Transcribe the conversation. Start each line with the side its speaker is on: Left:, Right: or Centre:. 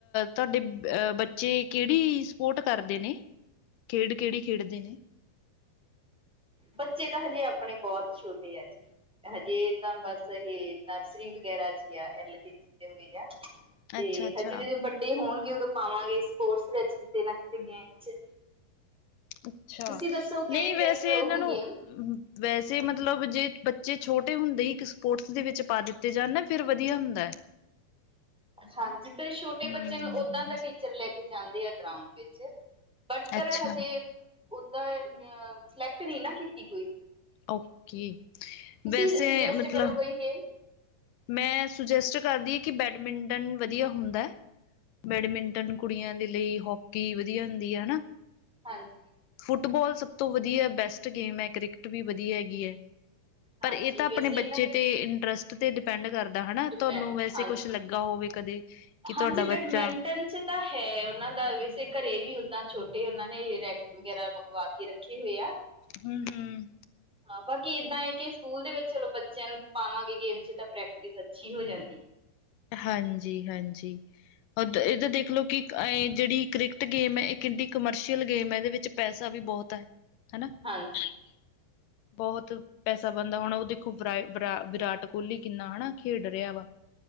Left: ਤੁਹਾਡੇ ਅਹ ਬੱਚੇ ਕਿਹੜੀ ਸਪੋਰਟ ਕਰਦੇ ਨੇ, ਖੇਡ ਕਿਹੜੀ ਖੇਡਦੇ ਨੇ
Centre: ਬੱਚੇ ਤਾਂ ਹਜੇ ਆਪਣੇ ਬਹੁਤ ਛੋਟੇ ਆ ਜੀ। ਹਜੇ ਤਾਂ ਬਸ ਇਹ ਨਰਸਰੀ ਵਗੈਰਾ 'ਚ ਗਿਆ, ਐਲ ਕੇ ਜੀ ਚ ਨਹੀ ਗਿਆ ਤੇ
Left: ਅੱਛਾ-ਅੱਛਾ,
Centre: ਹਜੇ ਜਦੋ ਵਡੇ ਹੋਣਗੇ ਉਦੋ ਪਾਵਾਂਗੇ ਸਪੋਰਟਸ ਵਿਚ, ਕਿਸੇ ਨਾ ਕਿਸੇ ਗੇਮ 'ਚ-
Left: ਅਛਾ,
Centre: ਤੁਸੀਂ ਦੱਸੋ ਕਿਹੜੀ
Left: ਨਹੀ ਵੈਸੇ
Centre: ਬੈਸਟ ਰਹੂਗੀ
Left: ਇਹਨਾਂ ਨੂੰ
Centre: ਗੇਮ
Left: ਵੈਸੇ ਮਤਲਬ ਜੇ ਬੱਚੇ ਛੋਟੇ ਹੁੰਦੇ ਹੀ ਇਕ ਸਪੋਰਟਸ ਦੇ ਵਿਚ ਪਾ ਦਿਤੇ ਜਾਣ ਨਾ ਫੇਰ ਵਧੀਆ ਹੁੰਦਾ ਹੈ।
Centre: ਹਾਂਜੀ ਪਰ ਛੋਟੇ
Left: ਹੂੰ,
Centre: ਬੱਚੇ ਨੂੰ ਓਦਾ ਦਾ ਟੀਚਰ ਲੈ ਕੇ ਜਾਂਦੇ ਆ ਗਰਾਉਂਡ ਵਿਚ ਬਟ ਪਰ
Left: ਅੱਛਾ,
Centre: ਹਜੇ ਓਦਾ ਅ ਸਿਲੈਕਟ ਨਹੀ ਨਾ ਕੀਤੀ ਕੋਈ
Left: ਓਕੇ।
Centre: ਤੁਸੀ
Left: ਵੈਸੇ
Centre: ਸੁਜੈਸਟ
Left: ਮਤਲਬ
Centre: ਕਰੋ ਕੋਈ ਗੇਮ
Left: ਮੈਂ ਸੁਜੈਸਟ ਕਰਦੀ ਹਾਂ ਕਿ ਬੈਡਮਿੰਟਨ ਵਧੀਆ ਹੁੰਦਾ ਬੈਡਮਿੰਟਨ ਕੁੜੀਆਂ ਦੇ ਲਈ ਹਾਕੀ ਵਧੀਆ ਹੁੰਦੀ ਆ ਹਨਾ
Centre: ਹਾਂਜੀ-
Left: ਫੁੱਟਬਾਲ ਸਭ ਤੋਂ ਵਧੀਆ ਬੈਸਟ ਗੇਮ ਹੈ। ਕ੍ਰਿਕਟ ਵੀ ਵਧੀਆ ਹੈਗੀ ਹੈ। ਪਰ
Centre: ਹਾਂਜੀ
Left: ਇਹ ਤਾਂ ਆਪਣੇ
Centre: ਵੈਸੇ
Left: ਬੱਚੇ
Centre: ਇਹਨਾਂ
Left: ਤੇ ਇੰਟਰਸਟ ਤੇ ਡਿਪੈਂਡ ਕਰਦਾ ਹਨਾ
Centre: ਡਿਪੈਂਡ
Left: ਤੁਹਾਨੂੰ ਵੈਸੇ
Centre: ਹਾਂਜੀ
Left: ਕੁਛ ਲਗਾ ਹੋਵੇ ਕਦੇ ਕਿ ਤੁਹਾਡਾ
Centre: ਹਾਂਜੀ
Left: ਬੱਚਾ
Centre: ਬੈਡਮਿੰਟਨ 'ਚ ਤਾਂ ਹੈ ਉਹਨਾ ਦਾ ਵੈਸੇ ਘਰੇ ਵੀ ਓਦਾ ਛੋਟੇ ਉਹਨਾਂ ਨੇ ਰੈਕਟ ਵਗੈਰਾ ਮੰਗਵਾ ਕੇ ਰਖੇ ਹੋਏ ਆ
Left: ਹੂੰ- ਹੂੰ -
Centre: ਹਾਂ ਬਾਕੀ ਏਦਾਂ ਏ ਕਿ ਸਕੂਲ ਦੇ ਵਿਚ ਚਲੋ ਬੱਚਿਆਂ ਨੂੰ ਪਾਵਾਂਗੇ ਗੇਮ 'ਚ ਤਾਂ ਪ੍ਰੈਕਟਿਸ ਅਛੀ ਹੋ ਜਾਦੀ
Left: ਹਾਂਜੀ- ਹਾਂਜੀ- ਇਹ ਦੇਖ ਲਓ ਕਿ ਇਹ ਜਿਹੜੀ ਕ੍ਰਿਕਟ ਗੇਮ ਹੈ। ਇਹ ਕਿੱਡੀ ਕਮਰਸ਼ੀਅਲ ਗੇਮ ਹੈ। ਇਹਦੇ ਵਿਚ ਪੈਸਾ ਵੀ ਬਹੁਤ ਹੈ। ਹਨਾ
Centre: ਹਾਂਜੀ-
Left: ਹੈਲੋ ਬਹੁਤ ਪੈਸਾ ਬਣਦਾ ਹੁਣ ਉਹ ਦੇਖੋ ਵਿਰਾ ਵਿਰਾਟ ਕੋਹਲੀ ਕਿੰਨਾ ਹਨਾ ਖੇਡ ਰਿਹਾ ਵਾ